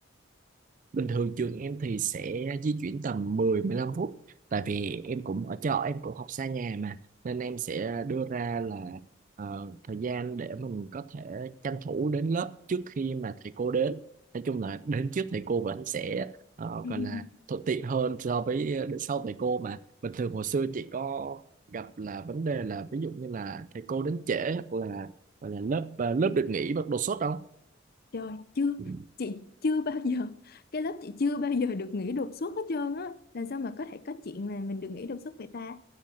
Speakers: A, on the right; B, on the left.
A: Bình thường trường em thì sẽ di chuyển tầm 10-15 phút tại vì em cũng ở trọ em cũng học xa nhà mà nên em sẽ đưa ra là ờ, thời gian để mình có thể tranh thủ đến lớp trước khi mà thầy cô đến nói chung là đến trước thầy cô vẫn sẽ ờ,
B: <laughs>
A: gọi là thuận tiện hơn so với ờ, đến sau thầy cô mà bình thường hồi xưa chị có gặp là vấn đề là ví dụ như là thầy cô đến trễ hoặc là hoặc là lớp ờ, lớp được nghỉ đột xuất không?
B: trời chưa
A: Ừ.
B: chị chưa bao giờ cái lớp chị chưa bao giờ được nghỉ đột xuất hết trơn á làm sao mà có thể có chuyện là mình được nghỉ đột xuất vậy ta